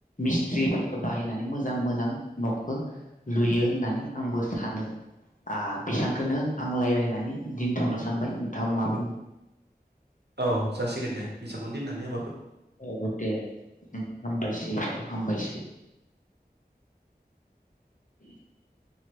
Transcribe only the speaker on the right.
औ जासिगोन दे। बेसांखौ दिननानै